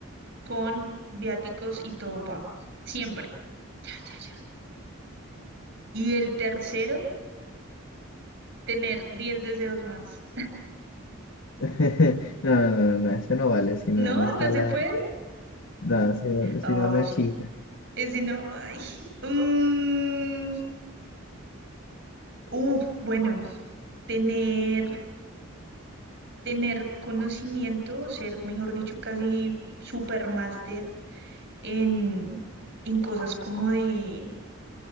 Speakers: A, on the right; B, on the left.
A: con viáticos y todo pago. Siempre. Ya, ya, ya. Y el tercero, tener 10 deseos más.
B: <laughs> No, no, no, no, ese no vale, si no,
A: No,
B: no está
A: no se
B: la...
A: puede.
B: No, si no,
A: Ay,
B: si no, no es chiste.
A: ese no. Ay. mm, uf, bueno, tener, tener conocimiento, ser, mejor dicho, casi supermaster en, en cosas como de